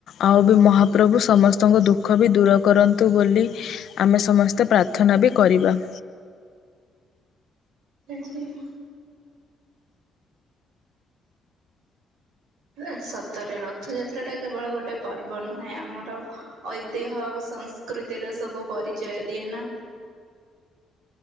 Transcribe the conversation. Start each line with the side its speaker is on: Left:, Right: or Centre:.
Left: ଆଉ ବି ମହାପ୍ରଭୁ ସମସ୍ତଙ୍କ ଦୁଃଖ ବି ଦୂର କରନ୍ତୁ ବୋଲି ଆମେ ସମସ୍ତେ ପ୍ରାର୍ଥନା ବି କରିବା।
Right: <unintelligible> ଅଏ ସତରେ ରଥଯାତ୍ରା ଟା କେବଳ ଗୋଟେ ପର୍ବ ନୁହେଁ ଆମର ଐତିହ୍ୟ ଆଉ ସଂସ୍ କୃତିର ସବୁ ପରିଚୟ ଦିଏ ନା।